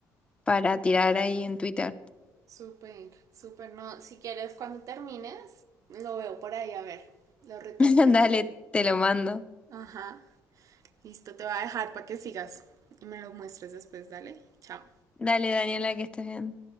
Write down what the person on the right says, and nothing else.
Súper, súper. No, si quieres, cuando termines, lo veo por ahí, a ver, lo retuiteo.
Ajá. Listo, te voy a dejar para que sigas y me lo muestres después, dale. Chao.